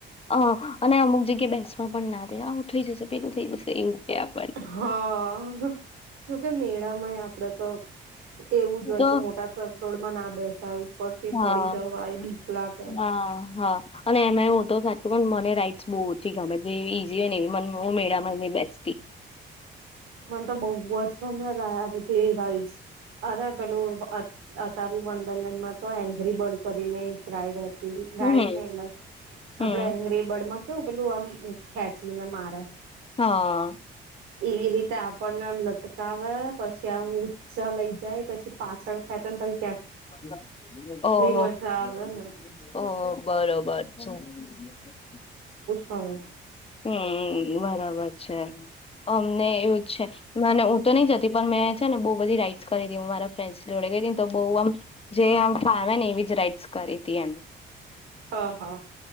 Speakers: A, on the left; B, on the right.
A: હ અને અમુક જગ્યા બેસમાં પણ ના દે આવું થઈ જશે પેલું. થઈ જશે એવું આપ
B: હા જોકે મેળા મય આપડે તો એવું
A: હું
B: જ હોય
A: તો
B: કે મોટા ચકડોળમાં ના બેસાય ઉપર થી
A: હા
B: પડી જવાય બીક લાગે
A: હા હા અને એમાં હું સાચું તો પણ મને રાઈટસ બહુ ઓછી ગમે તે ઈઝી હોય ને મ મેળામાંને બેસતી
B: મને તો બહુ જ ગમે આ બધી એ રાઈડસ અરે પેલું આતા બન તો એંગરી બર્ડ કરીને એક રાઈડ હ
A: હમ
B: રાઈડ ન
A: હમ
B: આપડા હંગ્રેબર્ડ માં કેવું પેલું આમ ખેંચી ને મારે
A: હા.
B: એવી રીતે તે આપણને આમ લટકાવે પછી આમ ઊંચા લઈ જાય પછી પાછળ ખેતા ને પછ
A: ઓહ ઓહ
B: મજા આવે
A: ઓ
B: ને
A: બરોબર છે.
B: હા.
A: હમ બરાબર. બચ છે. અમને એવું જ છે મને હું તો નહી જતી પણ મેં છે ને બહુ બધી રાઈડ્સ કરી હતી મારા ફ્રેન્ડ જોડે ગઈ હતીને તો બ આમ જેમ ફમે ને એવી જ રાઈડ્સ કરી હતી એ.
B: હા હા.